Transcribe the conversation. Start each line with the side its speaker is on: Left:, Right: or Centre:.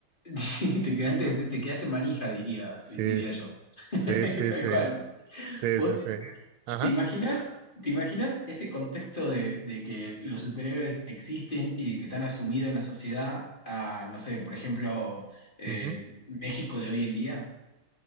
Left: Sí, te quedaste, te quedaste manija, diría,
Right: Sí,
Left: di- diría yo. <laughs>
Right: sí, sí,
Left: Tal
Right: sí,
Left: cual.
Right: sí,
Left: Vos,
Right: sí, sí. Ajá.
Left: ¿Te imaginas, te imaginas ese contexto de, de que los superhéroes existen y de que están asumidos en la sociedad a, no sé, por ejemplo, el
Right: ujú.
Left: México de hoy en día?